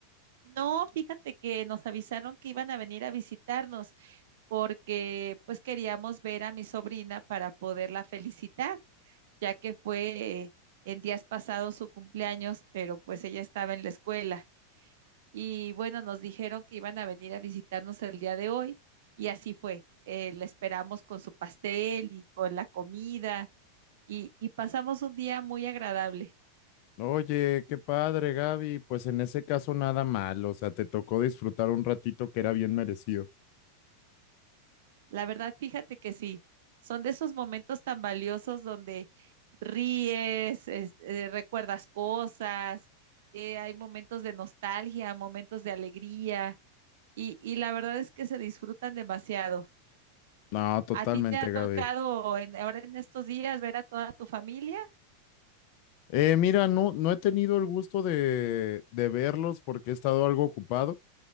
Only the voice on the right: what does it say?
No, fíjate que nos avisaron que iban a venir a visitarnos porque pues queríamos ver a mi sobrina para poderla felicitar, ya que fue eh, en días pasados su cumpleaños, pero pues ella estaba en la escuela. Y bueno, nos dijeron que iban a venir a visitarnos el día de hoy y así fue. Eh, la esperamos con su pastel y con la comida y, y pasamos un día muy agradable.
La verdad, fíjate que sí, son de esos momentos tan valiosos donde ríes, es- eh, recuerdas cosas, eh, hay momentos de nostalgia, momentos de alegría y, y la verdad es que se disfrutan demasiado.
¿A ti te ha tocado
en- ahora en estos días ver a toda tu familia?